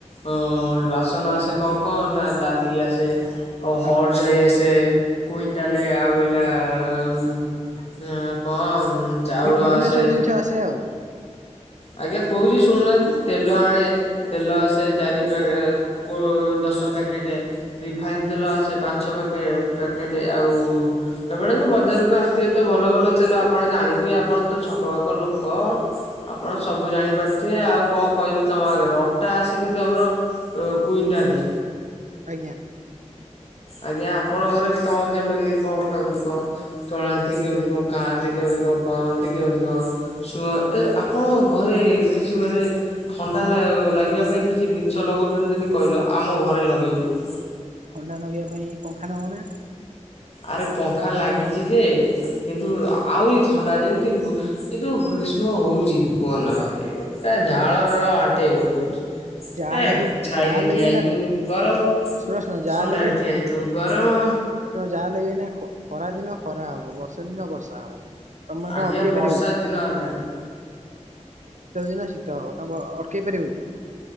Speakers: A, on the left (about 55°); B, on the right (about 75°).
A: ଅଁ ରାସନ ଆସେ କଣ କଣ ନା ଡାଲି ଆ ସେ ହଡ଼
B: ହଁ ଆଜ୍ଞା
A: ଜାଇ ଆସେ କୁଇଣ୍ଟାଲ ଆଉ ହେଲା ଉଁ ଉଁ କଣ ଚାଉଳ
B: ବିଭିନ୍ନ
A: ଆସେ
B: ସବୁ ଜିନିଷ ଆସେ ଆଉ
A: ଆଜ୍ଞା କହୁଚି ଶୁଣୁନାହାନ୍ତି ତେଲ ଆଣେ ତେଲ ଆସେ ଚାରି ପାକ କୋ ଦଶ ପ୍ୟାକେଟ୍
B: ଆଜ୍ଞା
A: ରିଫାଇନ ତେଲ ଆସେ ପାଞ୍ଚ ପକେଟ ପ୍ୟାକେଟ ଆଉ ଏପଟ ଯଉ ବଜାରକୁ ଆସିଥିବେ ତ ଭଲ ଭଲ ତେଲ ଆପଣା ଜା ଥିବେ ଆପଣ ତ ଛକ ପାଖ ଲୋକ ଆପଣ ସବୁ ଜାଣିପାରୁଥିବେ ଆଉ କଣ କହିବି ତମ ଆଗରେ ଅଟା ଆସେ କିନ୍ତୁ ଆମର କ୍ଯୁଟାଲ ଲେ
B: ଆଜ୍ଞା।
A: ଆଜ୍ଞା ଆପଣଙ୍କ ଘରେ ତ କେମିତି କଣ କେମିତି କଣ ଚଳାନ୍ତି କେମିତି କଣ ଖାଆନ୍ତି କେମିତି କେମିତି କଣ କରନ୍ତି କେମିତି କଣ ସୁଅ ଏ ଆପଣ ଘରେ କିଛି ମାନେ ଥଣ୍ଡା ଲାଗିବା ପାଇଁ କିଛି ଜିନିଷ ଲଗାଉଛନ୍ତି ଯଦି କହିଲ ଆମ ଘରେ ଲଗେଇବି।
B: ଥଣ୍ଡା ନଗେଇବା ପାଇଁ ପଙ୍ଖା ନଗୋଉନା।
A: ଆରେ ପଙ୍ଖା ଲାଗିଚି ଯେ କିନ୍ତୁ ଆହୁରି ଥଣ୍ଡା ଯେମିତି ବୋ ଏଇ ଯୋଉ ଗ୍ରୀଷ୍ମ ହଉଚି କୁହ ନା ଭାଇ। ଏଟା ଝାଳ ନାଳ ଆଣ୍ଠଏ କରିଦଉଚି
B: ଯାହାହେଲେ
A: ଏ
B: ବି
A: ଛାଇ
B: ଯାହାହେଲେ
A: ରେ ଠିଆ
B: ବି ଏଇନା
A: ହେଇଥିବୁ ଗରମ
B: ଶୁଣ ଶୁଣ ଯାହାହେଲେ
A: ଥଣ୍ଡାରେ ଠିଆ ହେଇଥିବୁ ଗରମ
B: ଯାହାହଲେ ବି ଏନା ଖ ଖରା ଦିନ ଖରା ହବ ବର୍ଷା ଦିନ ବର୍ଷା ହବ। ତମେ କଣ
A: ଆଜ୍ଞା
B: ଅଟକେଇ
A: ବର୍ଷା
B: ପାରିବ କି
A: ଦିନ ହେଲାଣି
B: ଶୀତ ଦିନ ଶୀତ ହବ ତମେ ଅଟକେଇ ପାରିବ କି?